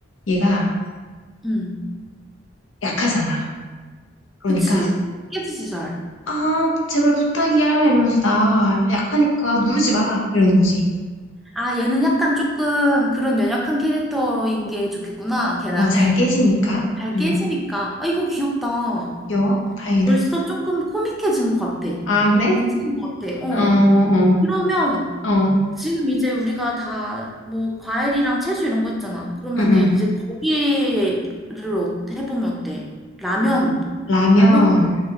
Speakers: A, on the left; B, in the centre.
A: 얘가
B: 응.
A: 약하잖아. 그러니까,
B: 그치. 깨지지 잘.
A: 아, 제발 부탁이야. 이러면서 나 약하니까 누르지
B: 응.
A: 마. 이러는 거지.
B: 아, 얘는 약간 조금 그런 연약한 캐릭터인 게 좋겠구나, 걔랑은.
A: 어, 잘 깨지니까.
B: 잘
A: 응,
B: 깨지니까. 아, 이거 귀엽다.
A: 귀여워. 다행이다.
B: 벌써 조금 코믹해진 것 같아.
A: 아, 그래?
B: 괜찮은 것 같아. 어.
A: 어, 어,
B: 그러면
A: 어,
B: 지금 이제 우리가 다 뭐 과일이랑 채소 이런 거 했잖아. 그러면은
A: 응, 응.
B: 이제 거기를 어- 해보면 어때? 라면.
A: 라면.
B: 라면 국.